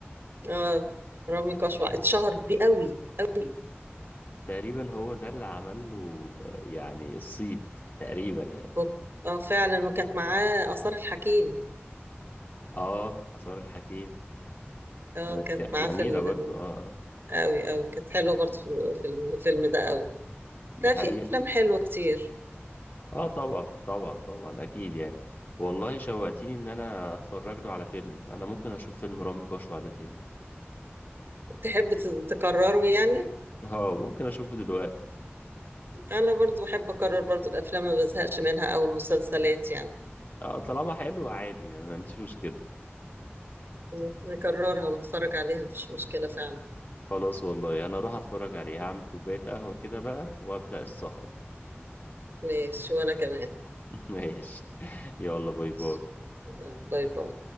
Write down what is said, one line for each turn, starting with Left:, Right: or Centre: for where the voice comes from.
Right: اه رامي كشوع اتشهر بيه قوي قوي
Left: تقريبا هو ده اللي عمل له آه، يعني الصيت تقريبا يعني
Right: و- اه فعلا وكانت معاه آثار الحكيم
Left: اه آثار الحكيم
Right: اه
Left: آه،
Right: كانت
Left: ج-
Right: معاه
Left: جميلة
Right: في ال...
Left: برضو اه اه
Right: قوي قوي كانت حلوة برضه في في الفيلم ده قوي
Left: دي
Right: لا
Left: حقيقة
Right: في أفلام حلوة كتير
Left: اه طبعا طبعا طبعا اكيد يعني والله شوقتيني ان انا اتفرج له على فيلم انا ممكن اشوف فيلم رامي كشوع ده تاني
Right: تحب ت- تكرره يعني
Left: اه ممكن اشوفه دلوقتي
Right: أنا برضه بحب أكرر برضه الأفلام ما بزهقش منها أو المسلسلات يعني
Left: اه طالما حلو عادي انا ما عنديش مشكلة
Right: ن- نكررها ونتفرج عليها مفيش مشكلة فعلا
Left: خلاص والله انا اروح اتفرج عليه هعمل كوباية قهوة كده بقى وابدأ السهرة
Right: ماشي وأنا كمان
Left: <laughs> ماشي يلا باي
Right: ماشي.
Left: باي
Right: يلا باي باي